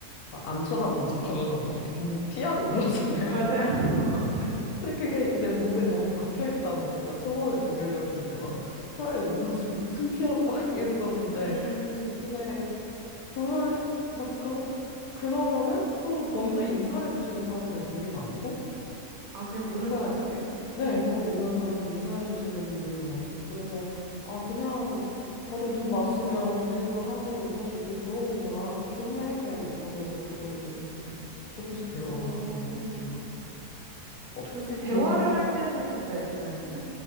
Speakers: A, on the left; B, on the right.
A: 막안 쳐다본 척하면서 막 이렇게 눈 피하고 <laughs> 그러잖아요.
B: 맞아요. <laughs> 맞아요.
A: 근데 그게 이제 몸에 너무 박혀 있다 보니까 초반에 독일 갔을 때 막 사람이 눈 마주치면 막눈 피하고 막 <laughs> 이랬었는데
B: 음.
A: 근데 그럴 막 그러 그러면은 또 먼저 인사해 주시는 사람들이 되게 많고
B: 아, 그냥 모르는
A: 약간,
B: 사람인데요?
A: 네,
B: 응.
A: 그냥 모르는 사람들 인사해주시는 분들도 많고, 그래서, 아, 그냥 다들 눈 마주치면 눈 인사하고 웃어주고 그러는구나. 그냥 좋네. 그냥 이러면서 그거를 좀 이제 조금씩 배워
B: 어,
A: 나갔던 것 같아요. 혹시
B: 저, 도 대화를
A: 민,
B: 할 때는, 네.
A: 네.
B: 응?